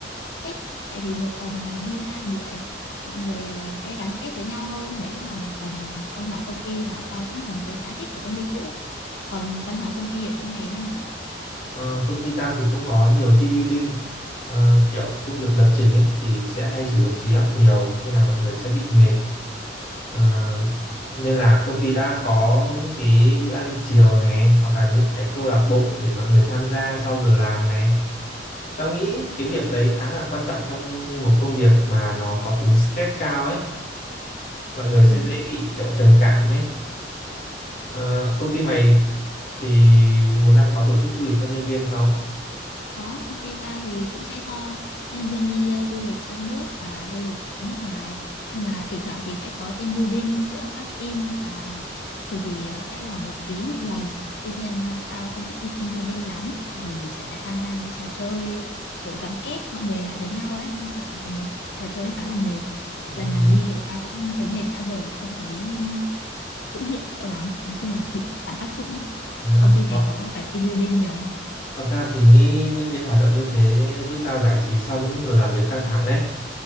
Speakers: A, on the left; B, on the left.
A: thích tại vì một tuần à, đi hai buổi mọi người à, sẽ gắn kết với nhau hơn. Đấy cũng là một phần văn hóa công ty mà tao cũng cảm thấy khá thích ở công ty cũ. Còn văn hóa công ty ở chỗ mày như thế nào?
B: Ờ, công ty tao thì cũng có nhiều team building Ờ, kiểu công việc lập trình ấy thì sẽ hay sử dụng trí óc nhiều nên là mọi người sẽ bị mệt Ờ, nên là công ty đã có những cái bữa ăn chiều này hoặc là những cái câu lạc bộ để mọi người tham gia sau giờ làm này Tao nghĩ cái việc đấy khá là quan trọng trong một công việc mà nó có tính stress cao ấy. Mọi người
A: Ừ.
B: sẽ dễ bị kiểu trầm cảm ấy. Ờ, công ty mày thì một năm có tổ chức du lịch cho nhân viên không?
A: Có, công ty tao thì cũng sẽ cho nhân viên đi ờ, du lịch trong nước và du lịch nước ngoài. Nhưng mà thỉnh thoảng thì sẽ có team building giữa các team và thường thì ờ, sẽ là một quý một lần. Tuy nhiên ờ, tao không thích đi team building lắm tại vì sẽ phải tham gia mấy trò chơi ờ, kiểu gắn kết mọi người lại với nhau ấy. Nhưng tao cảm thấy mấy trò chơi ấy khá là mệt.
B: Ừ,
A: Lần nào đi về tao cũng thấy mệt rã rời, không thấy hữu hiệu lắm. Nói chung là bị phản tác dụng ấy.
B: thế à.
A: Công ty
B: Còn,
A: mày có phải team building nhiều không?
B: còn tao thì nghĩ những cái hoạt động như thế giúp tao giải trí sau những giờ làm việc căng thẳng ấy.